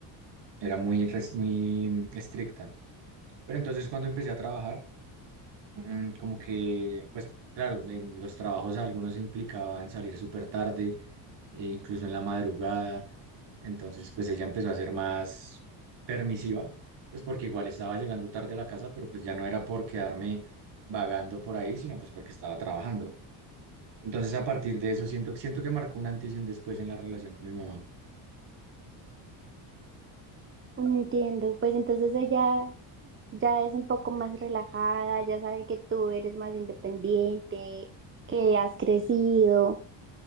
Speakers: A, on the right (about 60°); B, on the right (about 25°).
A: era muy, res- muy mm, estricta. Pero entonces cuando empecé a trabajar, Mm, como que, pues claro, en los trabajos algunos implicaban salir súper tarde, e incluso en la madrugada. Entonces, pues ella empezó a ser más permisiva, pues porque igual estaba llegando tarde a la casa, pero pues ya no era por quedarme vagando por ahí, sino pues porque estaba trabajando. Entonces, a partir de eso, siento, siento que marcó un antes y un después en la relación con mi mamá.
B: Entiendo, pues entonces ella ya es un poco más relajada, ya sabe que tú eres más independiente, que has crecido